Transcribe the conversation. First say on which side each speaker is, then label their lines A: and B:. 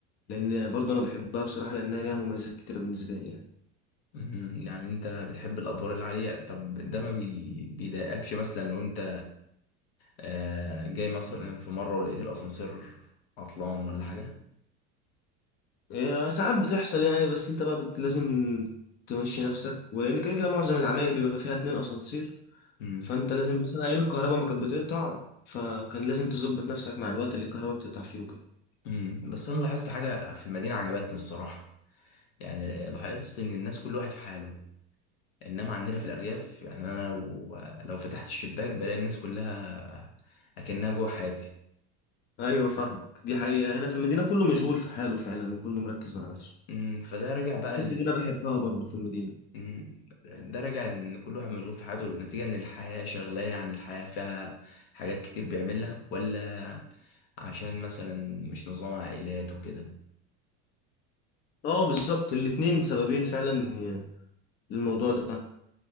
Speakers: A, on the left; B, on the left.
A: لان برضو انا بحبها بصراحه لانها ليها مميزات كتيره بالنسبه لي يعني
B: مم، يعني انت بتحب الادوار اللي عليها طب ده ما بي... بيضايقكش مثلا لو انت آه، جاي مثلا في مرة ولقيت الاسانسير عطلان ولا حاجة
A: إيه، ساعات بتحصل يعني بس انت بقى بت- لازم تمشي نفسك ولان كده كده معظم العماير بيبقى فيها اتنين اسانسير
B: مم.
A: فانت لازم مثلا ايام الكهرباء ما كانت بتقطع فكان لازم تظبط نفسك مع الوقت اللي الكهرباء بتقطع فيه وكده
B: مم. بس انا لاحظت حاجة في المدينة عجبتني الصراحة يعني لاحظت ان الناس كل واحد في حاله انما عندنا في الارياف يعني انا لو, لو فتحت الشباك بلاقي الناس كلها اكنها جوه حياتي
A: ايوه فاهمك دي حقيقة هنا في المدينة كله مشغول في حاله فعلا وكله مركز مع نفسه
B: مم. فده رجع بقى
A: الحتة اللي انا بحبها برضو في المدينة
B: مم. ده راجع ان كل واحد مشغول في حياته نتيجة ان الحياة شغلاه يعني الحياة فيها حاجات كتير بيعملها ولا عشان مثلا مش نظام عائلات وكده
A: اه بالظبط الاتنين سببين فعلا للموضوع ده